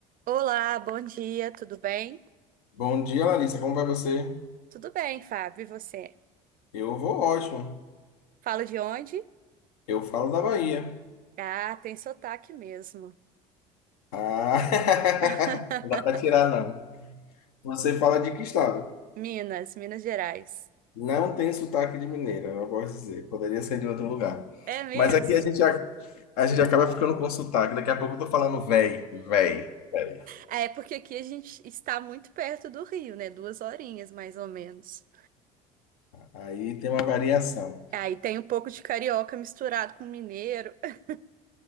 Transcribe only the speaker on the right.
Olá, bom dia, tudo bem?
Tudo bem, Fábio, e você?
Fala de onde?
Ah, tem sotaque mesmo.
<laughs>
Minas, Minas Gerais.
É mesmo?
É, porque aqui a gente está muito perto do Rio, né? Duas horinhas, mais ou menos.
Aí tem um pouco de carioca misturado com mineiro. <laughs>